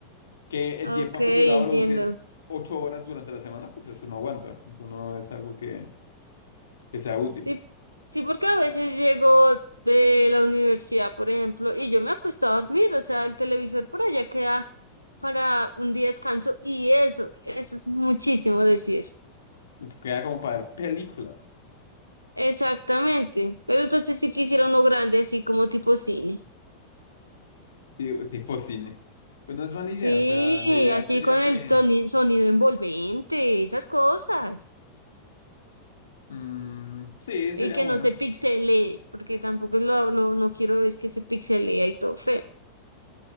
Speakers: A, on the left; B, on the right.
A: que el
B: Ok,
A: tiempo acumulado
B: entiendo.
A: lo uses ocho horas durante la semana, pues eso no aguanta. Eso no es algo que, que sea útil.
B: Sí, sí, porque a veces llego de la universidad, por ejemplo, y yo me acuesto a dormir, o sea, el televisor por allá queda para un día de descanso y eso, eso es muchísimo decir.
A: Nos queda como para ver películas,
B: Exactamente. Pero entonces sí quisiera uno grande, así como tipo cine.
A: ti- tipo, cine. Pues no es mala idea.
B: Sí,
A: O sea, la ideal
B: así
A: sería
B: con
A: que...
B: el toni- sonido envolvente, esas cosas.
A: mm, sí, sería
B: Y que
A: bueno.
B: no se pixelee, porque tampoco lo, lo- no quiero es que se pixelee y todo feo.